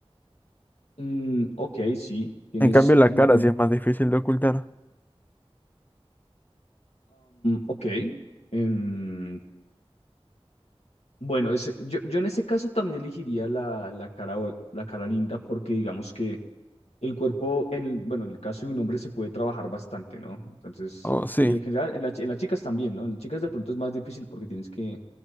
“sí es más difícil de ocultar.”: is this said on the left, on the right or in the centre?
Left